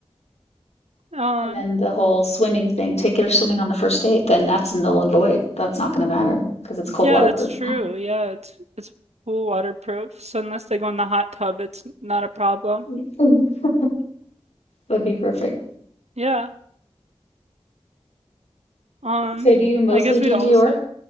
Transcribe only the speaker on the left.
And then the whole swimming thing. Take care of swimming on the first date. Then that's null and void. That's not going to matter because it's cold
waterproof.
<laughs> Would be perfect.
So do you mostly
do
Dior?